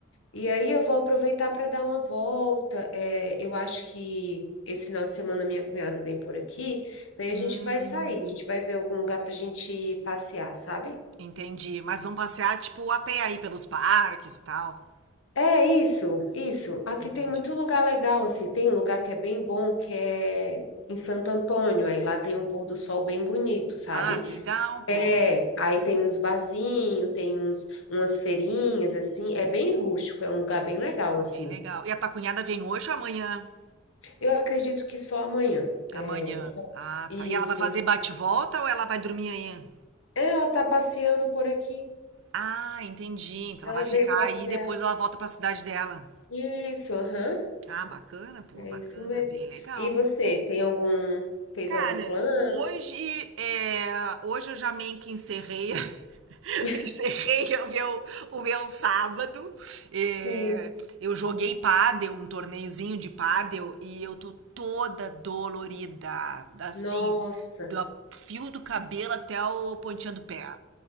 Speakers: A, on the left; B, on the right.
A: E aí eu vou aproveitar para dar uma volta. É, eu acho que esse final de semana minha cunhada vem por aqui, daí
B: Hum,
A: a gente vai sair, a gente vai ver algum lugar para a gente passear, sabe?
B: entendi. Mas vão passear, tipo, a pé aí pelos parques e tal?
A: É isso, isso. Aqui
B: Entendi.
A: tem muito lugar legal, assim. Tem um lugar que é bem bom, que é em Santo Antônio. Aí lá tem um pôr do sol bem bonito, sabe?
B: Ah, legal, pô.
A: É, aí tem uns barzinhos, tem uns, umas feirinhas, assim. É bem rústico, é um lugar bem legal,
B: Ah,
A: assim.
B: bem legal. E a tua cunhada vem hoje ou amanhã?
A: Eu acredito que só amanhã. É,
B: Amanhã.
A: Só amanhã.
B: Ah,
A: isso.
B: tá. E ela vai fazer bate-volta ou ela vai dormir aí?
A: É, Ela tá passeando por aqui.
B: Ah, entendi. Então
A: Ela
B: ela vai ficar
A: veio passear.
B: aí e depois ela volta pra cidade dela.
A: Isso, aham.
B: Ah, bacana, pô,
A: É
B: bacana,
A: isso mesmo.
B: bem legal.
A: E você, tem algum, fez
B: Cara,
A: algum plano?
B: hoje é, hoje eu já meio que encerrei, <laughs>
A: <laughs>
B: encerrei o meu, o meu sábado. É,
A: Sim.
B: eu joguei pádel, um torneiozinho de pádel, e eu tô toda dolorida, assim,
A: Nossa,
B: do fio do cabelo até o pontinha do pé,